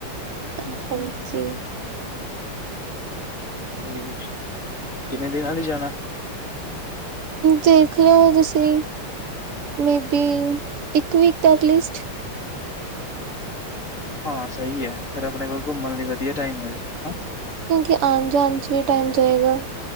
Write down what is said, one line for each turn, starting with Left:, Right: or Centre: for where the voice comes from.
Right: ਹਾਂ ਹਾਂਜੀ
Left: ਤੀਜ, ਕਿੰਨੇ ਦਿਨਾਂ ਲਈ ਜਾਣਾ
Right: ਦੇਖ ਲਿਉ ਤੁਸੀਂ, ਮੇਬੀ ਇੱਕ ਵੀਕ ਦਾ ਐਟਲੀਸਟ
Left: ਹਾਂ ਸਹੀ ਐ, ਫੇਰ ਆਪਣੇ ਕੋਲ ਘੁੰਮਣ ਲਈ ਵਧੀਆ ਟਾਈਮ ਹੋਏਗਾ ਨਾ
Right: ਕਿਉਂਕਿ ਆਣ -ਜਾਣ 'ਚ ਵੀ ਟਾਈਮ ਜਾਏਗਾ